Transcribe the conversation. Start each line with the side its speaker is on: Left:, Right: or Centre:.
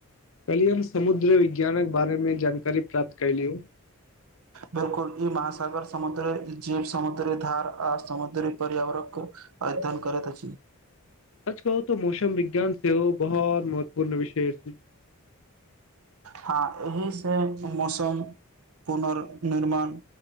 Left: कलिय हम समुद्र विज्ञानक बारेमे जानकार कर प्राप्त कलि ओ।
Right: बिल्कुल ई महासागर समुद्री जीव समुद्री धार आ समुद्री पर्यावरणक अध्ययन करैत अछि।
Left: आज कहू तो मौसम विज्ञान सेहो बहुत महत्वपूर्ण विषय छै।
Right: हँ एहिसँ मौसम पुनर्निर्माण